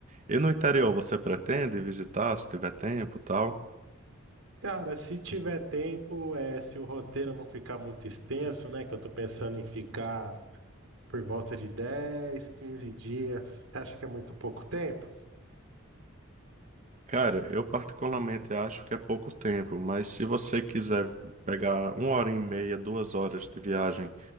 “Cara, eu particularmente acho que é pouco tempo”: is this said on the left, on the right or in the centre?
Right